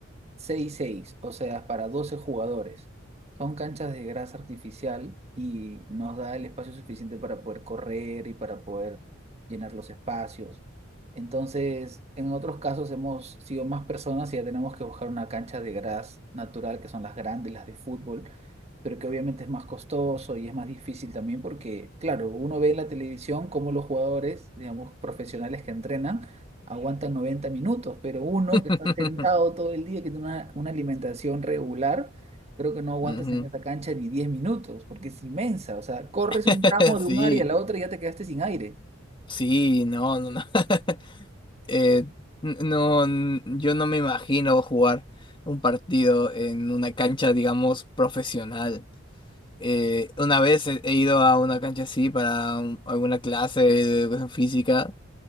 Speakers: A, on the right (about 35°); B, on the left (about 25°).
A: seis seis, o sea, para 12 jugadores. Son canchas de grasa artificial y nos da el espacio suficiente para poder correr y para poder llenar los espacios. Entonces, en otros casos hemos sido más personas y ya tenemos que buscar una cancha de gras natural, que son las grandes, las de fútbol, pero que obviamente es más costoso y es más difícil también porque, claro, uno ve en la televisión cómo los jugadores, digamos, profesionales que entrenan, aguantan 90 minutos, pero uno
B: <laughs>
A: que está sentado todo el día, que tiene una, una alimentación regular, creo que no aguantas
B: Ujú.
A: en esa cancha ni 10 minutos, porque es inmensa, o sea, corres
B: <laughs>
A: un tramo
B: Sí,
A: de un área a la otra y ya te quedaste sin aire.
B: sí, no, no, no. <laughs> Eh, n- no, n- yo no me imagino jugar un partido en una cancha, digamos, profesional. Eh, una vez he, he ido a una cancha así para un- alguna clase de educación física